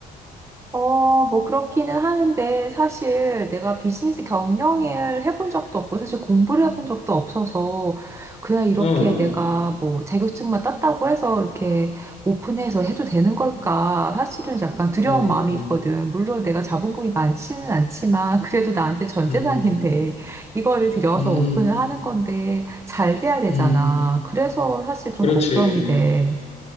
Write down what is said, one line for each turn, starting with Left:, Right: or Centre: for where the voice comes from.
Right: 어, 뭐 그렇기는 하는데 사실 내가 비즈니스 경영을 해본 적도 없고 사실 공부를 해본 적도 없어서 그냥 이렇게
Left: 어,
Right: 내가 뭐 자격증만 땄다고 해서 이렇게 오픈해서 해도 되는 걸까? 사실은 약간 두려운
Left: 어,
Right: 마음이 있거든. 물론 내가 자본금이 많지는 않지만 <laughs> 그래도 나한테 전 재산인데
Left: 음,
Right: 이거를 들여서
Left: 음,
Right: 오픈을 하는 건데 잘 돼야 되잖아.
Left: 음,
Right: 그래서 사실 좀
Left: 그렇지.
Right: 걱정이 돼.